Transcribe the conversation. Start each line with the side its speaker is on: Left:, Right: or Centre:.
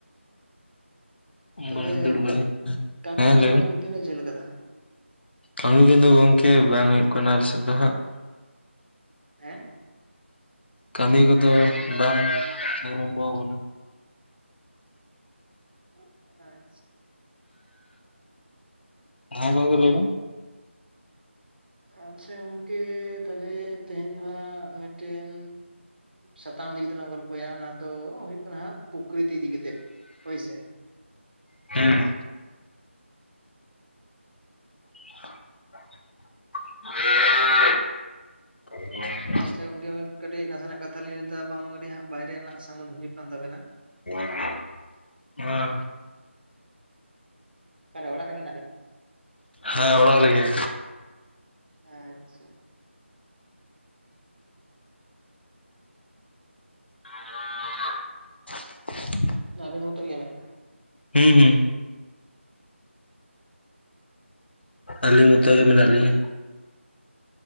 Left: ᱩᱢ
Right: ᱛᱟᱦᱞᱮ
Left: ᱵᱟᱲᱟ ᱫᱩᱲᱩᱵ ᱵᱟᱲᱟ ᱦᱩᱭ ᱠᱟᱱᱟ᱾
Right: ᱠᱟᱹᱢᱤ
Left: ᱦᱮᱸ
Right: ᱠᱚ
Left: ᱞᱟᱹᱭ
Right: ᱫᱚ ᱵᱮᱱ ᱛᱤᱱᱟᱹᱜ ᱡᱷᱟᱹᱞ ᱠᱟᱫᱟ?
Left: ᱠᱟᱹᱢᱤ ᱠᱚᱫᱚ ᱜᱚᱝᱠᱮ ᱵᱟᱝ ᱦᱩᱭᱩᱜ ᱠᱟᱱᱟ ᱟᱞᱮ ᱥᱮᱫ ᱫᱚ ᱦᱟᱸᱜ
Right: ᱦᱮᱸ?
Left: ᱠᱟᱹᱢᱤ ᱠᱚᱫᱚ ᱵᱟᱝ ᱟᱨᱟᱢᱵᱚ ᱠᱟᱱᱟ
Right: <unintelligible> ᱠᱚᱞᱮᱡᱽ
Left: ᱦᱮᱸ ᱜᱚᱝᱠᱮ ᱞᱟᱹᱭ ᱢᱮ
Right: ᱟᱪᱪᱷᱟ ᱜᱚᱝᱠᱮ ᱛᱟᱦᱞᱮ ᱛᱮᱦᱮᱧ ᱫᱚ ᱦᱟᱸᱜ ᱢᱤᱫ ᱴᱮᱱ ᱥᱟᱛᱟᱢ ᱤᱫᱤ ᱠᱟᱛᱮᱫ ᱞᱟᱝ ᱜᱚᱞ ᱯᱷᱚᱭᱟ ᱚᱱᱟ ᱫᱚ ᱦᱩᱭᱩᱜ ᱠᱟᱱᱟ ᱯᱚᱠᱨᱤᱛᱤ ᱤᱫᱤ ᱠᱟᱛᱮᱫ ᱦᱳᱭ ᱥᱮ
Left: ᱦᱮᱸ <inaudible> <inaudible>
Right: ᱟᱪᱪᱷᱟ ᱜᱚᱝᱠᱮ ᱠᱟᱹᱴᱤᱡ ᱱᱟᱥᱮ ᱱᱟᱜ ᱠᱟᱛᱷᱟ ᱞᱤᱧ ᱞᱟᱹᱭ ᱫᱟ ᱵᱟᱝ ᱢᱟ ᱠᱟᱹᱴᱤᱡ ᱵᱟᱭᱨᱮ ᱨᱮᱱᱟᱜ ᱥᱟᱣᱩᱱᱰ ᱦᱤᱡᱩᱜ ᱠᱟᱱ ᱛᱟᱵᱮᱱᱟ
Left: <inaudible> <unintelligible>
Right: ᱚᱠᱟ ᱨᱮ ᱚᱲᱟᱜ ᱨᱮᱜᱮ ᱦᱮᱱᱟᱜ ᱵᱤᱱᱟ
Left: ᱦᱮᱸ ᱚᱲᱟᱜ ᱨᱮᱜᱮ
Right: ᱟᱪᱪᱷᱟ
Left: <inaudible>
Right: ᱟᱵᱮᱱ ᱢᱚᱛᱚᱜ ᱜᱮᱭᱟ ᱵᱮᱱ
Left: ᱦᱩᱸ ᱦᱩᱸ ᱟᱹᱞᱤᱧ ᱢᱚᱛᱚ ᱜᱮ ᱢᱮᱱᱟᱜ ᱞᱤᱧᱟᱹ